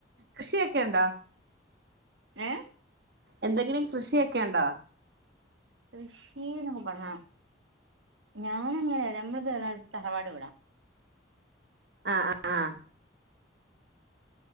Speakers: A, on the right (about 55°); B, on the right (about 85°).
A: കൃഷിയൊക്കെണ്ടോ
B: ഏഹ്
A: എന്തെങ്കിലും കൃഷിയൊക്കെണ്ടോ
B: കൃഷി ന്നൊക്കെ പറഞ്ഞ ഞാനിങ്ങനെ നമ്മള്ത് പറഞ്ഞാൽ തറവാട് വീടാ
A: ആഹ് ആഹ് ആഹ്